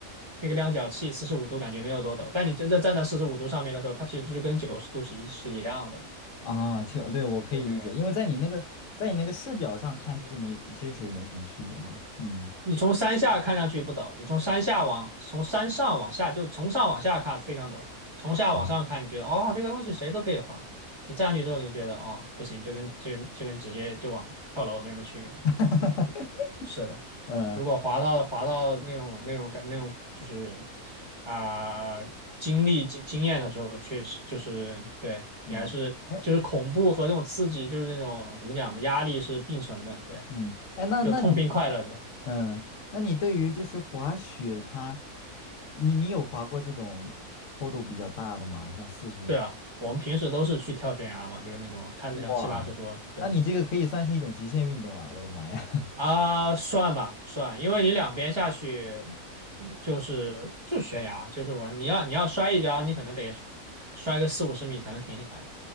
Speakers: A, on the right (about 20°); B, on the left (about 65°).
A: 那个量角器，四十五度感觉没有多陡，但你真正站在四十五度上面的时候，它其实是跟九十度是一是一样的。
B: 啊，其实对我可以理解，
A: 对对对，
B: 因为在你那个在你那个视角上看，其实没其实是没什么区别嘛。嗯，
A: 你从山下看上去不陡，你从山下往从山上往下，就从上往下看非常陡，从下往上看，
B: 啊，
A: 你觉得哦这个东西谁都可以滑，你站上去之后，你就觉得哦不行，这跟这跟这跟直接就往跳楼没什么区别。
B: <laughs>
A: 对是的，
B: 呃，
A: 如果滑到滑到那种那种感那种就是啊、经历经经验的时候，确实就是对你还是就是恐怖和这种刺激，
B: 嗯，哎，
A: 就是那种怎么讲呢，压力是并存的，对，
B: 嗯，哎，那那你
A: 就痛并快乐着。
B: 嗯，那你对于就是滑雪它，你你有滑过这种坡度比较大的吗？像四十，
A: 对啊，我们平时都是去跳悬崖嘛，就是那种看着像七八十多，
B: 哇，
A: 对
B: 那你这个可以算是一种极限运动了。我的妈呀！
A: 啊，
B: <laughs>
A: 算吧算，因为你两边下去就是就悬崖，就是完，你要你要摔一跤，你可能得摔个四五十米才能停下来。